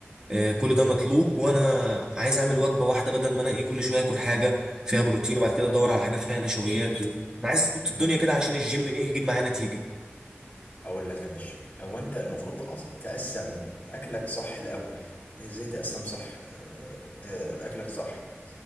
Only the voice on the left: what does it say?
مم.
هقول لك يا باشا هو انت المفروض تقص- تقسم اكلك صح الاول ازاي تقسم صح آه، آه، اكلك صح